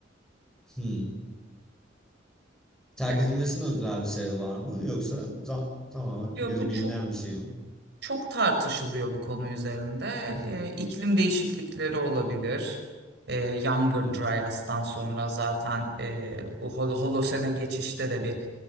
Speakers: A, in the centre; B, on the right (about 60°).
A: hı. Terk
B: Yani
A: edilmesinin özel bir sebebi var mı yoksa za- tamamen
B: diyor
A: ya da
B: bu
A: bilinen
B: çok
A: bir şey mi?
B: çok tartışılıyor bu konu üzerinde.
A: Hı hı,
B: Ee, iklim değişiklikleri olabilir. Ee, Younger
A: hı
B: Dryas'tan sonra zaten e, bu Hol- Holosen'e geçişte de bir